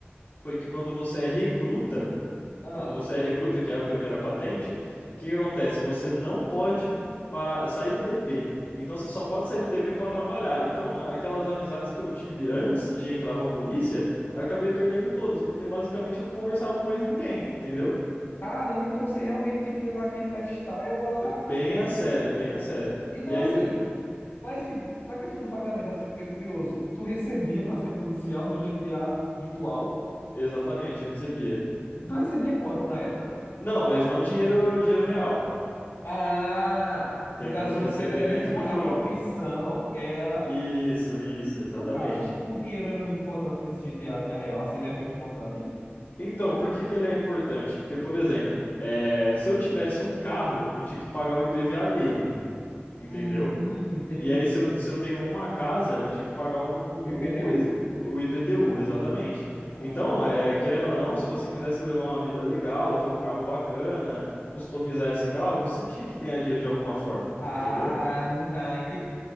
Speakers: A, on the left; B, on the left.
A: foi que quando você é recruta,
B: Ah,
A: quando você é recruta, que é a primeira patente, o que que acontece? Você não pode para sair do DP. Então você só pode sair do DP para trabalhar. Então aquelas amizades que eu tive antes de entrar para a polícia, acabei perdendo todas, porque basicamente eu não conversava com mais ninguém, entendeu?
B: caramba, então você realmente tem que levar aquele lifestyle a.
A: Bem a sério, bem a sério.
B: Então,
A: E aí
B: assim.
A: de-
B: Mas, tipo, na questão do pagamento, assim, eu fiquei curioso. Tu recebia pra ser policial no GTA virtual?
A: Exatamente, eu recebia.
B: Tu recebia quanto na época?
A: Não, mas não dinheiro, dinheiro real,
B: Ah,
A: entendeu?
B: no caso
A: Eu
B: você
A: recebia
B: era, era
A: dentro
B: tipo,
A: do
B: a
A: jogo.
B: profissão era.
A: Isso, isso,
B: No
A: exatamente.
B: caso, o dinheiro era muito importante nesse GTA vida real, assim, ele é muito importante.
A: Então, por que que ele é importante? Porque, por exemplo, é, se eu tivesse um carro, eu tinha que pagar o IPVA dele, entendeu?
B: Hum, entendi,
A: E aí,
B: entendi.
A: se eu, se eu tenho uma casa, eu tinha que pagar um,
B: O IPTU.
A: um- ex- o IPTU, exatamente.
B: Ah,
A: Então, é, querendo ou não, se você quisesse levar uma vida legal, ter um carro bacana, customizar esse carro, você tinha que ganhar dinheiro de alguma forma,
B: ah,
A: entendeu?
B: não, ah, entendi.